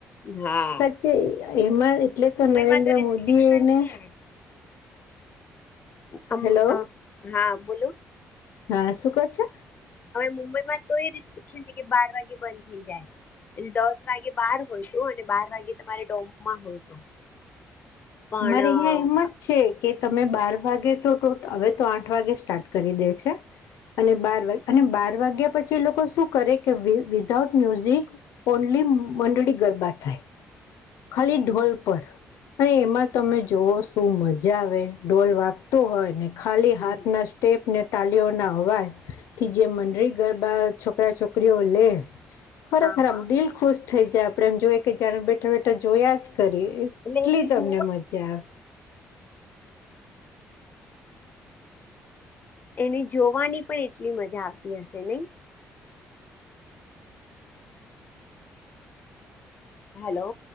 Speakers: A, on the left (about 40°); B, on the left (about 85°).
A: હા.
B: સાચે
A: પછી
B: એમાં એટલે તો
A: મુંબઈમાં
B: નરેન્દ્ર
A: તો રિસ્ટ્રિકશન
B: મોદી એને
A: છે. <unintelligible>
B: હેલો
A: હા બોલો.
B: હા શું કવ છો?
A: હવે મુંબઈમાં તો એ રિસ્ટ્રિકશન છે કે બાર વાગે બંધ થઈ જાય. એટલે દસ વાગે બાર હોય તો અને બાર વાગે તમારે ડોમમાં હોય તો. પણ
B: અમારે અહિયાં એમ જ છે. કે તમે બાર વાગે તો હવે તો આઠ વાગે સ્ટાર્ટ કરી દે છે અને બાર વાગ અને બાર વાગ્યા પછી એ લોકો શું કરે કે વિધાઉટ મ્યુઝિક ઓનલી મંડળી ગરબા થાય. ખાલી ઢોલ પર અને એમાં તમે જોવ શું મજા આવે. ઢોલ વા હોય ને ખાલી
A: હ
B: હાથના સ્ટેપને તાલીઓ ના અવાજથી જે મંડળી ગરબા છોકરા છોકરીઓ લે ખરેખર
A: હ
B: આમ દિલ ખુશ થઈ જાય આપડે એમ જોઈએ કે જાણે બેઠા બેઠા જોયા જ કરી એટલી
A: એટલે એનું
B: તમને
A: જોવું
B: મજા આવે.
A: એને જોવાની પણ એટલી મજા આવતી હશે નહી. હેલો,